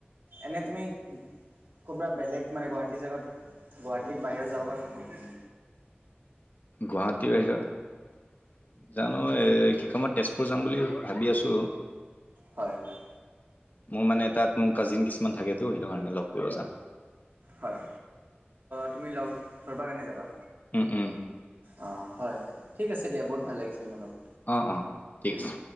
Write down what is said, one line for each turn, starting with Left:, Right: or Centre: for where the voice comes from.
Right: এনেই তুমি ক'তবা বেলেগ মানে গুৱাহাটীৰ জেগাত গুৱাহাটী বাহিৰৰেও যাব পাৰিব নি
Left: গুৱাহাটীৰ বাহিৰত জানো এ কি মই তেজপুৰ যাম বুলি ভাবি আছোঁ
Right: হয় হয়
Left: মোৰ মানে তাত মোৰ কাজিন কিছুমান থাকেতো সেইটো কাৰণে লগ কৰিব যাম
Right: হয় তুমি লগ ধৰিবা কেনে যাবা
Left: উম উম
Right: অ হয় ঠিক আছে দিয়া বহুত ভাল লাগিছিলে মানুহ বোৰ
Left: অঁ অঁ ঠিক আছে